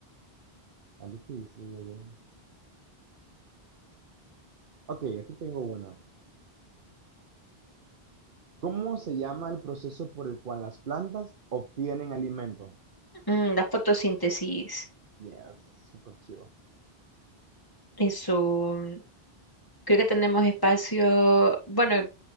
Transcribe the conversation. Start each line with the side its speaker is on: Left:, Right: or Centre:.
Right: tan difícil. Ok, aquí tengo una. ¿Cómo se llama el proceso por el cual las plantas obtienen alimento?
Left: Mm, la fotosíntesis.
Right: Yes, súper chivo.
Left: Eso, mm, creo que tenemos espacio. Bueno,